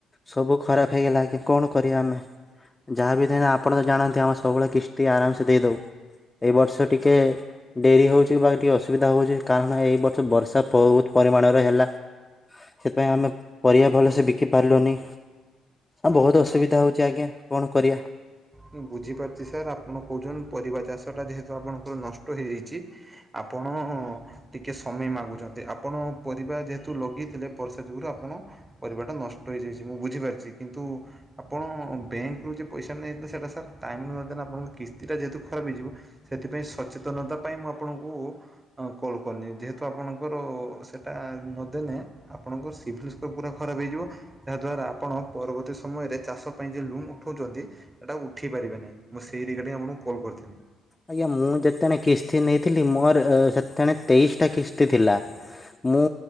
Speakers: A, on the left; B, on the right.
A: ସବୁ ଖରାପ୍ ହେଇଗଲା ଆଜ୍ଞା କଣ କରିବା ଆମେ ଯାହାବି ଆପଣ ତ ଜାଣନ୍ତି। ତି ଆମେ ସବୁବେଳେ କିସ୍ତି ଆରାମ୍ ସେ ଦେଇ ଦଉ ଏଇ ବର୍ଷ ଟିକେ ଡେରି ହଉଛି ବା ଟିକେ ଅସୁବିଧା ହଉଛି କାରଣ ଏଇ ବର୍ଷ ବର୍ଷା ବହୁତ୍ ପରିମାଣରେ ହେଲା। ସେଥିପାଇଁ ଆମେ ପରିବା ଭଲସେ ବିକି ପାରିଲୁନି। ହଁ ବହୁତ୍
B: ସାର୍?
A: ଅସୁବିଧା ହଉଛି ଆଜ୍ଞା କଣ କରିବା।
B: ମୁଁ ବୁଝିପାରୁଛି ସାର୍ ଆପଣ କହୁଛନ୍ତି ପରିବା ଚାଷଟା ଯେହେତୁ ଆପଣଙ୍କର ନଷ୍ଟ ହୋଇଯାଇଛି। ଆପଣ ଟିକିଏ ସମୟ ମାଗୁଛନ୍ତି ଆପଣ ପରିବା ଯେହେତୁ ଲଗେଇଥିଲେ ବର୍ଷା ଯୋଗୁରୁ ଆପଣ। ପରିବା ଟା ନଷ୍ଟ ହେଇଯାଇଛି ମୁଁ ବୁଝିପାରିଛି କିନ୍ତୁ ଆପଣ ବ୍ୟାଙ୍କ ରୁ ଯେ ପଇସା ନେଇ ସେଇଟା ସାର୍ ଟାଇମ୍ର ନଦେନେ ଆପଣଙ୍କ କିସ୍ତିଟା ଯେହେତୁ ଖରାପ୍ ହୋଇଯିବ। ସେଥିପାଇଁ ସଚେତନତା ପାଇଁ ମୁଁ ଆପଣଙ୍କୁ ଉ କଲ୍ କନି ଯେହେତୁ ଆପଣଙ୍କର ସେଟା ନଦେନେ ଆପଣଙ୍କ ସିଭିଲ୍ ସ୍କୋର ପୁରା ଖରାପେ ହେଇଯିବ। ଯାହା ଦ୍ଵାରା ଆପଣ ପରବର୍ତ୍ତୀ ସମୟରେ ଚାଷ ପାଇଁ ଯେ ଲୁନ୍ ଉଠଉଛନ୍ତି। ହେଟା ଉଠେଇ ପାରିବେ ନାହିଁ ମୁଁ ସେଇ ରିଗାର୍ଡ଼ିିଙ୍ଗ ଆପଣଙ୍କୁ କଲ୍ କରିଥିନି।
A: ଆଜ୍ଞା ମୁଁ ଯେତେଣେ କିସ୍ତି ନେଇଥିଲି ମୋର ସେତେଣେ ତେଇଶିଟା କିସ୍ତି ଥିଲା। ମୁଁ